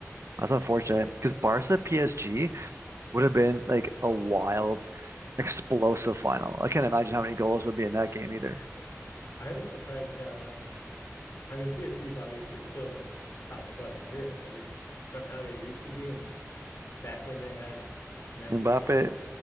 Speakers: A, on the right (about 60°); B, on the left (about 55°).
A: That's unfortunate because Barca PSG would have been like a wild, explosive final. I can't imagine how
B: Mm.
A: many goals would be in that game either.
B: <laughs> I'm surprised how, I mean, PSG is obviously still a top club in Europe, but it's from how they used to be and back when they had Messi
A: Mbappe,
B: and